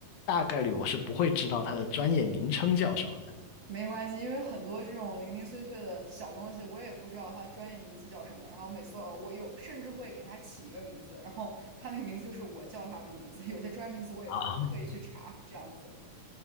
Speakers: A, on the left; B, on the right.
A: 大概率我是不会知道它的专业名称叫什么的。
B: 没关系，因为很多这种零零碎碎的小东西，我也不知道它的专业名字叫什么。然后每次都我有甚至会给它起一个名字，然后它那个名字就是我叫它那个名字。有些专业名词我也不会刻意去查，
A: 啊，
B: 这样子。